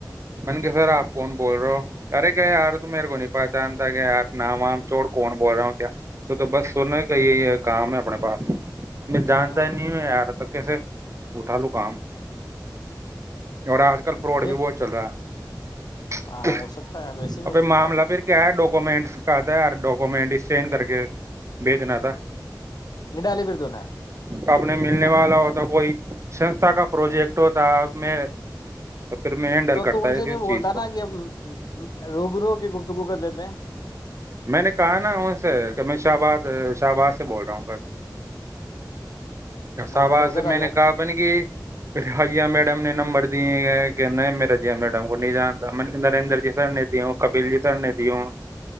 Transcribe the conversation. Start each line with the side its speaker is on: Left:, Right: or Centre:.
Right: من کے سر آپ کون بول رہے ہو ارے کہ یار تو میرے کو نہیں پہچانتا کہ یار نام وام چوڑ کون بول رہا ہوں کیا تو تو بس سنو کا یہ یہ کام ہے اپنے پاس ہمیں جانتا
Left: ہاں
Right: ہی نہیں ہے یارا تھا کیسے اٹھا لو کام اور آج کل فراڈ
Left: پھر
Right: بھی بہت چل رہا ہے
Left: ہاں ہو سکتا ہے یار ویسے
Right: اور
Left: بھی ہو
Right: پھر
Left: سکتا
Right: معاملہ
Left: ہے
Right: پھر کیا ہے ڈاکوومینٹس کہ تھا یار ڈاکومنٹ اس چین کر کے بھیجنا تھا
Left: یہ ڈاالے پھر دون
Right: کبنے ملنے والا ہوتا کوئی سنستھا کا پروجیکٹ ہوتا اب میں تو پھر میں ہینڈل
Left: تو
Right: کرتا
Left: تو ان
Right: ہے
Left: سے نہیں
Right: اس چیز
Left: بولتا
Right: کو
Left: نا کہ اب روبرو کے گفتگو کر لیتے ہیں
Right: میں نے کہا نا ان سے کہ میں شاہباد شاہباد سے بول رہا ہوں گ سا
Left: بول
Right: باز
Left: دیتا ادھر
Right: سے
Left: آ
Right: میں نے
Left: جاؤں
Right: کہا میں نے کہ ایا میڈم نے نمبر دیے کہ مے رجیا میڈم کو نہیں جانتا میں نے نریندر جی سر نے دی ہوں کپیل جی سر نے دی ہوں